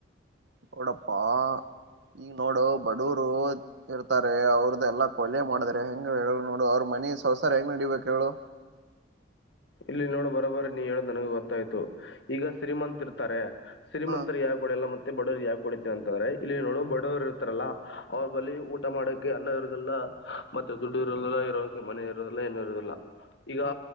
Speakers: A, on the right; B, on the left.
A: ನೋಡಪ್ಪಾ ಈಗ ನೋಡು ಬಡೂರು ಇರ್ತಾರೆ ಅವ್ರದ್ದಲ್ಲ ಕೊಲೆ ಮಾಡಿದ್ರ ಹೆಂಗ ಹೇಳ ನೋಡು ಅವ್ರ ಮನಿ ಸಂವಸಾರ ಹೆಂಗ್ ನಡಿಬೇಕ ಹೇಳು
B: ಇಲ್ಲಿ ನೋಡು ಬರೋ ಬರ ನೀ ಹೇಳೋ ನನಗ ಗೊತ್ತಾಯ್ತು ಈಗ ಸಿ್ರೀಮಂತ ಇರ್ತಾರೆ ಸಿ್ರೀಮಂತರ್
A: ಹ
B: ಯಾವಾಗೂ ಎಲ್ಲ ಮ ತ್ತೆ ಬಡವರು ಯಾಕ ಕುಡತೇನೆ ಅಂತಂದ್ರೆ ಇಲ್ಲಿ ನೋಡು ಬಡವರು ಇರ್ತಾರಲ್ಲಾ ಅವ್ರ ಬಳ ಊಟ ಮಾಡಕ್ಕೆ ಅನ್ನ ಇರುದಲ್ಲ ಮತ್ತೆ ದುಡ್ಡು ಇರೋದಿಲ್ಲ ಇರೋಕ್ಕೆ ಮನೆ ಇರೋದಿಲ್ಲ ಏನುೂ ಇರದಿಲ್ಲ ಈಗ
A: ಹ